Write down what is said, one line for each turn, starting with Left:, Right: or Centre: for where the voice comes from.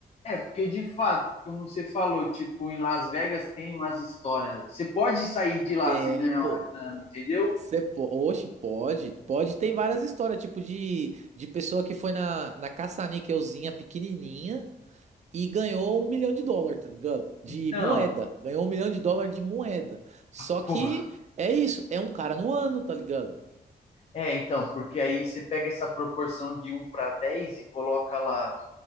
Left: é, porque de fato, como você falou, tipo, em Las Vegas tem umas histórias. Você pode sair de lá
Right: É,
Left: se ganhar uma
Right: pô.
Left: grana, entendeu?
Right: Você po... Oxe, pode. Pode. Tem várias histórias, tipo de, de pessoa que foi na, na caça-níquelzinha pequenininha e ganhou um milhão de dólar, tá ligado? De
Left: Então,
Right: moeda. Ganhou um milhão de dólar de moeda. Só
Left: pô,
Right: que é isso. É um cara no ano, tá ligado?
Left: É, então, porque aí você pega essa proporção de um para 10 e coloca lá